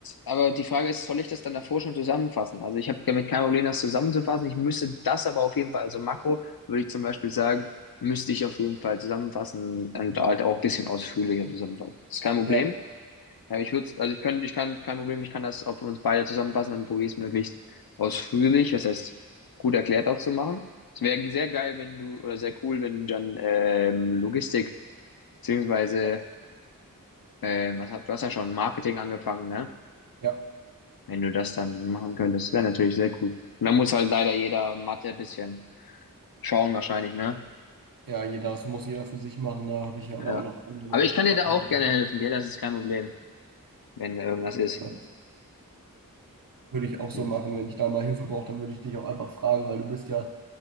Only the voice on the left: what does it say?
aber die Frage ist, soll ich das dann davor schon zusammenfassen? Also ich habe damit kein Problem, das zusammenzufassen. Ich müsste das aber auf jeden Fall, also Makro würde ich zum Beispiel sagen, müsste ich auf jeden Fall zusammenfassen und halt auch ein bisschen ausführlicher zusammenfassen. Ist kein Problem.
Ja, ich würde, also ich könnte, ich kann, kein Problem, ich kann das auf uns beide zusammenfassen, dann probiere ich es möglichst ausführlich, was heißt gut erklärt auch zu machen. Es wäre sehr geil, wenn du, oder sehr cool, wenn du dann ähm, Logistik, beziehungsweise,
ähm, was hat, du hast ja schon Marketing angefangen, ne?
Wenn du das dann machen könntest, wäre natürlich sehr cool. Und dann muss halt leider jeder Mathe ein bisschen schauen wahrscheinlich, ne?
Ja.
Aber ich kann
dir da auch gerne helfen, gell? Das ist kein Problem, wenn da irgendwas ist.
Hm.